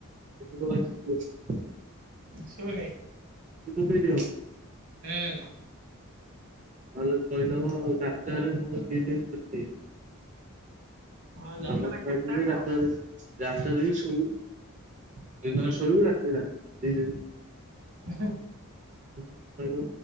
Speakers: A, on the right; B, on the right.
A: <unintelligible>
B: ସୁବୁନି।
A: <unintelligible>
B: ହୁଁ।
A: ତାହାଲେ କହିଦବ ଚାରି ଟାରେ ମୋର ଦି ଦିନି ଛୁଟି।
B: ହଁ ଯାତ୍ରାଟା
A: ଆମ ଛୁଆ
B: କେତେବେଳେ
A: ଯିବେ ଯାତ୍ରା
B: ହବ?
A: ଦେଖି। ଯାତ୍ରା ରେ ବି ଶୋଇିବୁ ଦିନରେ ସୋଇବୁ ରାତିରେ ଯାତ୍ରା ଦିଇ ଦିନି।
B: <inaudible>
A: <unintelligible> କାରଣ